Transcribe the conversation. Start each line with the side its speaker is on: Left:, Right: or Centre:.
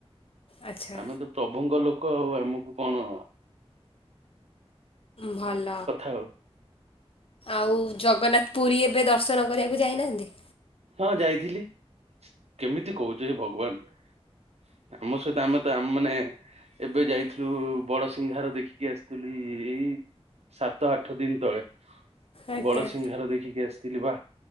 Left: ଆଚ୍ଛା
Right: ଆମେ ତ ପ୍ରଭୁଙ୍କ ଲୋକ ଆଉ ଆମକୁ କଣ?
Left: ଭଲ
Right: ହଉ
Left: ଆଉ ଜଗନ୍ନାଥ ପୁରୀ ଏବେ ଦର୍ଶନ କରିବାକୁ ଯାଇନାହାନ୍ତି।
Right: ହଁ ଯାଇଥିଲି କେମିତି କହୁଚ ଏ ଭଗବାନ। ଆମ ସହିତ ଆମେ ତ ଆମ ମାନେ। ଏବେ ଯାଇଥିଲୁ ବଡସିିଂହାରହାର ଦେଖିକି ଆସିଥିଲି ଏଇ -- ସାତ ଆଠ ଦିନ ତଳେ
Left: ଆଜ୍ଞା
Right: ବଡ ସିଂଙ୍ଗାର ଦେଖିକି ଆସିଥିଲି ବା